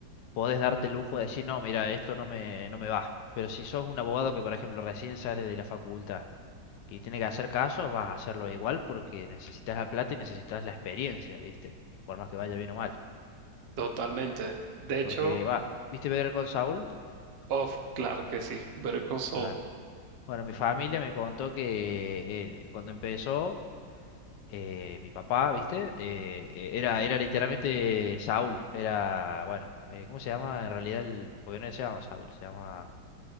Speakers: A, on the left; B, on the right.
A: podés darte el lujo de decir, no, mira, esto no me, no me va. Pero si sos un abogado que, por ejemplo, recién sale de la facultad y tiene que hacer casos, vas a hacerlo igual porque necesitas la plata y necesitas la experiencia, ¿viste? Por más que vaya bien o mal.
B: totalmente. De hecho,
A: Porque, va, ¿viste Better Call Saul?
B: off, claro que sí, Better Call Saul
A: Claro. Bueno, mi familia me contó que eh, cuando empezó eh, mi papá, ¿viste? Eh, eh, era, era literalmente Saúl, era, bueno, eh, ¿cómo se llama? En realidad, el, porque no se llama Saúl, se llama...